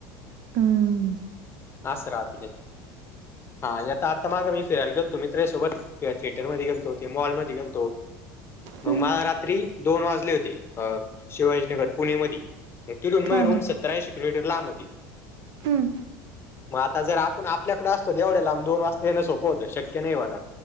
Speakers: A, on the right; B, on the left.
A: हम.
B: अस राहत ते. हा आता आता माग मी फिरायला गेलतो मी मित्रासोबत किंवा थिएटरमध्ये गेलतो ते मॉलमध्ये गेलतो. मग
A: हम्म
B: मला रात्री दोन वाजले होते अ शिवाजीनगर पुणे मधी मग ती रूम.
A: हा हा
B: सत्तर ऐंशी किलोमीटर लांब होती.
A: हम्म.
B: मग आता जर आपण आपल्याकडे असतो. एवढ्या लांब दोन वाजता येणं सोप होत. शक्य नाही माझा